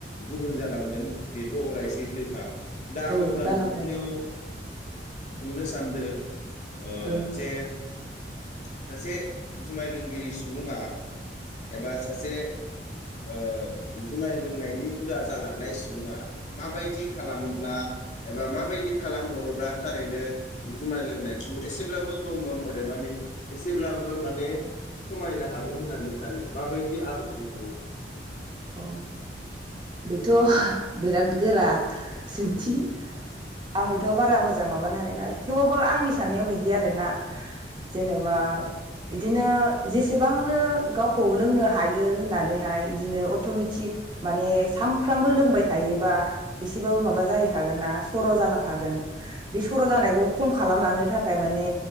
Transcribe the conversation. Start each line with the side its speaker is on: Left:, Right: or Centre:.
Left: गुबुन जालांगोन बेथ‌अराय सैथोखा। दा आं
Right: औ
Left: अब्ला
Right: जालांखायो
Left: नोंथांनियाव सोंनो सानदो? ओ
Right: ओं
Left: जे सासे जुमाय लोंगिरि सुबुङा एबा सासे ओ जुमाय लोंनायनि हुदा जालांनाय सुबुङा माबायदि खालामोब्ला एबा माबायदि खालामहरोब्ला थारैनो जुमाय लोंनायखौ एसेब्लाबो दमन अदेबानि एसेब्लाबो माने खमायनो हागोन होननानै सानो माबायदि आदबजों थाङोब्ला?
Right: अ बेथ बिराद गोरा सोंथि। आंबोथबारा मोजां मोजां माबानो हानायानो थेवबाबबो आंनि साननायाव बिदि आरोना जेनेबा इदिनो जेसेबांनो गावखौ लोंनो हा हायो होननानैहाय इदिनो अ अट'मेटिक माने सानफ्रामबो लोंबाय थायोबा एसेबाबो माबा जाहैखागोन ना सर' जालांखागोन बे सर' जानायखौ खम खालामलांनो
Left: औ
Right: थाखाय माने